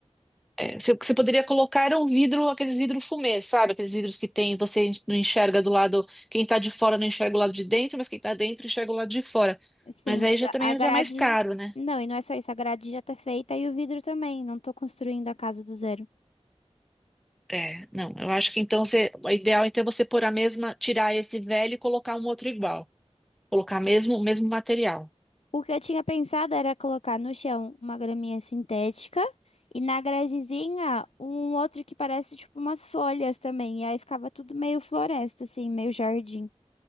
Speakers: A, in the centre; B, on the left (about 65°).
A: É, você, você poderia colocar era um vidro, aqueles vidros fumê, sabe? Aqueles vidros que tem, você en- não enxerga do lado, quem tá de fora não enxerga o lado de dentro, mas quem tá dentro enxerga o lado de fora.
B: Sim,
A: Mas
B: mas
A: aí já
B: a
A: também
B: a grade.
A: já é mais caro, né?
B: Não, e não é só isso, a grade já tá feita e o vidro também. Não tô construindo a casa do zero.
A: É, não, eu acho que então você, o ideal então é você pôr a mesma, tirar esse velho e colocar um outro igual. Colocar mesmo o mesmo material.
B: O que eu tinha pensado era colocar no chão uma graminha sintética e na gradezinha um outro que parece tipo umas folhas também. E aí ficava tudo meio floresta, assim, meio jardim.